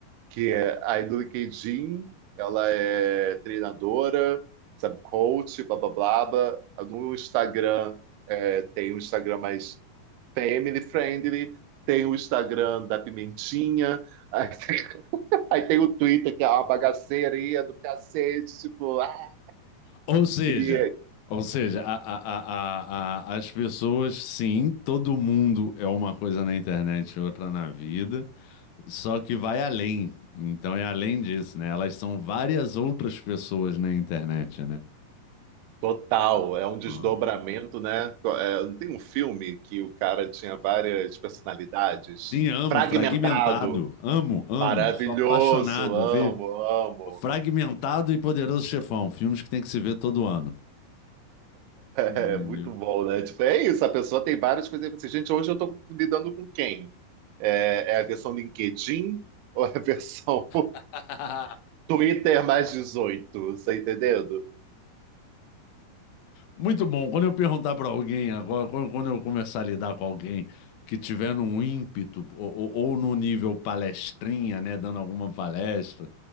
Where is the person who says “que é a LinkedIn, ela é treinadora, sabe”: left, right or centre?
Right